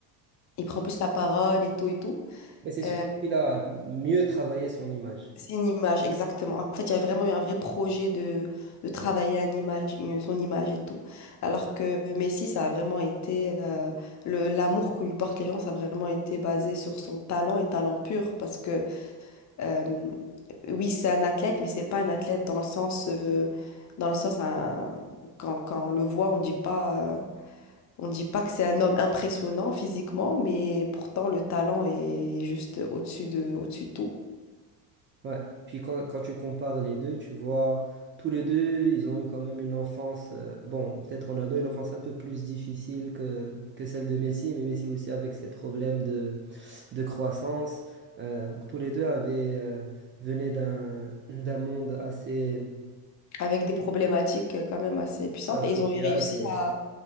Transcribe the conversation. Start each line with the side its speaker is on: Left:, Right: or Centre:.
Left: il prend plus la parole et tout et tout.
Right: Mais c'est surtout
Left: Euh,
Right: qu'il a mieux travaillé son image.
Left: C'est une image, exactement. En fait, il y a vraiment eu un vrai projet de, de travailler une image, une- son image et tout. Alors que Messi, ça a vraiment été... euh, le, l'amour que lui portent les gens, ça a vraiment été basé sur son talent et talent pur. Parce que, euh, oui, c'est un athlète, mais c'est pas un athlète dans le sens... euh, dans le sens, un- quand, quand on le voit, on dit pas... euh, On dit pas que c'est un homme impressionnant physiquement, mais pourtant le talent est juste au-dessus de, au-dessus de tout.
Right: Ouais. Puis quand, quand tu compares les deux, tu vois, tous les deux, ils ont eu quand même une enfance. euh, bon, peut-être Ronaldo, une enfance un peu plus difficile que, que celle de Messi, mais Messi aussi avec ses problèmes de, de croissance. Euh, donc tous les deux avaient, euh, venaient d'un, d'un monde assez,
Left: avec des problématiques euh, quand même assez puissantes.
Right: assez
Left: Et ils
Right: social
Left: ont réussi
Right: et
Left: à...